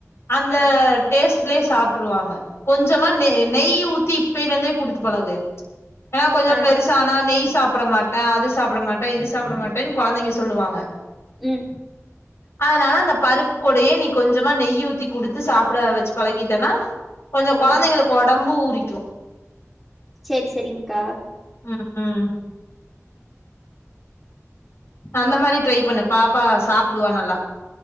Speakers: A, on the left; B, in the centre.
A: அந்த
B: ஆ
A: டேஸ்ட் ட்லயே சாப்பிட்டுருவாங்க கொஞ்சமா நெ நெய் ஊத்தி இப்பேல இருந்தே குடுத்து பழகு ஏனா கொஞ்சம்
B: ஆ
A: பெருசானா நெய் சாப்பிட மாட்டே அது சாப்பிட மாட் டே இது சாப்பிட மாட்டேன்னு கொழந்தைங்க சொல்லுவாங்க
B: ம்
A: அதனால அந்த பருப்பு கூடையே நீ கொஞ்சமா நெய் ஊத்தி குடுத்து சாப்பிட வச்சு பழகிட்டேன்னா கொஞ்சம் கொழந்தைங்களுக்கு
B: ஆ
A: ஒடம்பு புடிக்கு
B: செரி சரிங்க்கா
A: ம் அந்த மாரி ட்ரை பண்ணு பாப்பா சாப்பிடுவா நல்லா